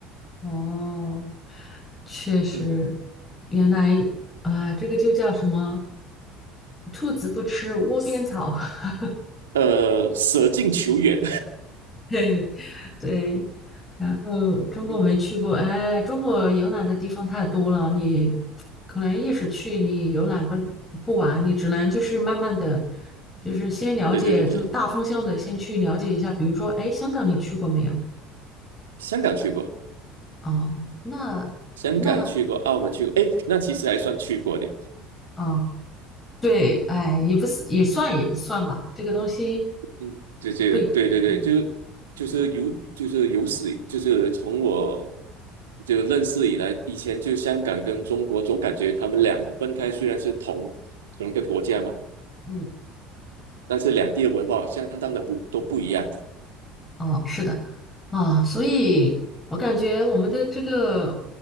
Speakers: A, on the left (about 20°); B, on the right (about 75°).
A: 哦。确实，
B: 嗯，
A: 原来啊，这个就叫什么？兔子不吃窝边草。<laughs>
B: 呃，舍近求远。
A: 对对，然后中国没去过，
B: <laughs> 嗯，
A: 哎，中国游览的地方太多了，你可能一时去你游览不不完，你只能就是慢慢的，就是先了解，
B: 对对对对，
A: 就大方向的先去了解一下。比如说，哎，香港你去过没有？
B: 香港去过，
A: 哦，那那倒
B: 香港去过，澳门去过，诶，那其实还算去过的。
A: 啊，对，哎，也不是也算也不算吧，这个东西
B: 嗯，这这个对对对，
A: 不一，嗯。
B: 就就是有就是有史以就是从我就认识以来，以前就香港跟中国总感觉他们两个分开，虽然是同同一个国家嘛，
A: 嗯，
B: 但是两地的文化相当的不都不一样。
A: 哦，是的，啊，所以我感觉我们的这个